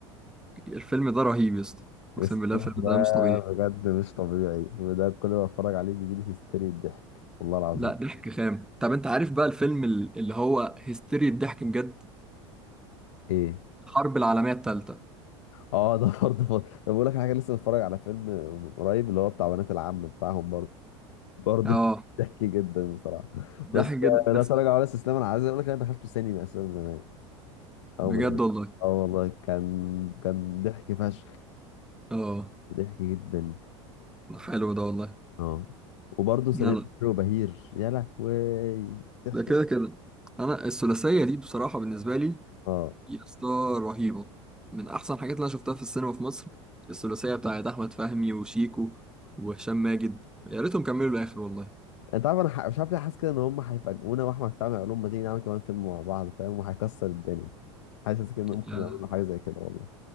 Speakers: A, in the centre; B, on the left.
A: الفيلم ده رهيب يا اسطى
B: <laughs>
A: اقسم
B: الفيلم
A: بالله الفيلم
B: ده
A: ده مش طبيعي
B: بجد مش طبيعي الفيلم ده كل ما اتفرج عليه بيجي لي هيستيري الضحك والله العظيم
A: لا ضحك خام طب انت عارف بقى الفيلم ال- اللي هو هيستيريا الضحك بجد
B: ايه
A: الحرب العالمية التالتة
B: اه ده برضه ف... طب بقول لك حاجه لسه متفرج على فيلم من قريب اللي هو بتاع بنات العم بتاعهم برضه برضه
A: اه
B: <laughs> ضحك جدا بصراحه
A: ضحك
B: بس
A: جدا
B: آه، لا
A: بس
B: تراجع ولا استسلام انا عايز اقول لك انا دخلته سينما اساسا زمان او
A: بجد
B: من
A: والله
B: اه والله كان كان ضحك فشخ
A: اه
B: ضحك جدا
A: حلو ده والله
B: اه وبرضه سمير
A: يلا
B: وشهير وبهير يا لهوي ضحك
A: ده كده كده انا الثلاثيه دي بصراحه بالنسبه لي
B: اه
A: يا اسطى رهيبه من احسن الحاجات اللي انا شفتها في السينما في مصر الثلاثيه بتاعت احمد فهمي وشيكو وهشام ماجد يا ريتهم كملوا الاخر والله
B: انت عارف انا ح- مش عارف ليه حاسس كده ان هم هيفاجئونا واحمد فهمي هيقول لهم ما تيجي نعمل كمان فيلم مع بعض فاهم وهيكسر الدنيا حاسس كده ان ممكن
A: يعني
B: يعملوا حاجه زي كده والله